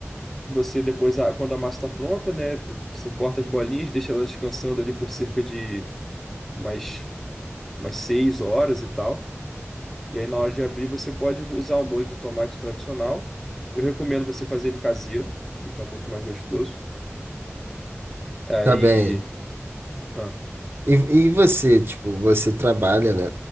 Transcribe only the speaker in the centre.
você depois, ah, quando a massa está pronta, né, de- você corta as bolinhas, deixa ela descansando ali por cerca de umas umas seis horas e tal. E aí, na hora de abrir, você pode usar o molho de tomate tradicional. Eu recomendo você fazer ele caseiro, fica muito mais gostoso. Aí.
Ah,